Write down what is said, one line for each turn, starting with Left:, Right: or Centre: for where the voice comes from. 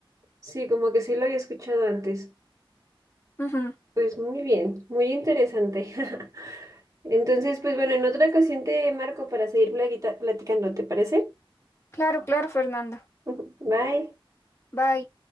Right: Sí, como que sí lo había escuchado antes.
Left: Ujú.
Right: Pues muy bien, muy interesante. <laughs> Entonces, pues bueno, en otra ocasión te marco para seguir plaguita- platicando, ¿te parece?
Left: Claro, claro, Fernanda.
Right: <laughs> Bye.
Left: Bye.